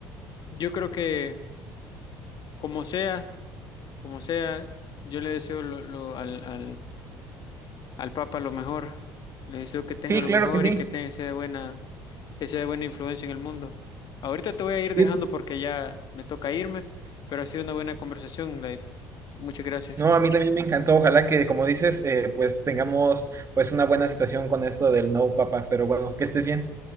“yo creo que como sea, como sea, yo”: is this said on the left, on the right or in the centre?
Left